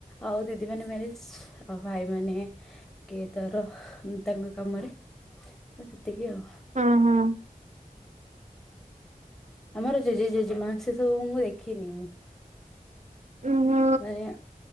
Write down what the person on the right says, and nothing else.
ହଁ ହଁ।
ଓହୋ